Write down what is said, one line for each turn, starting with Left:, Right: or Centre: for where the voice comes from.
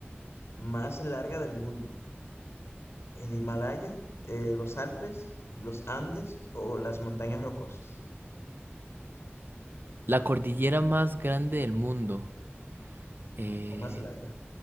Left: más larga del mundo? ¿El Himalaya, eh, los Alpes, los Andes o las montañas rocosas?
Right: La cordillera más grande del mundo, eh,
Left: ¿O más larga?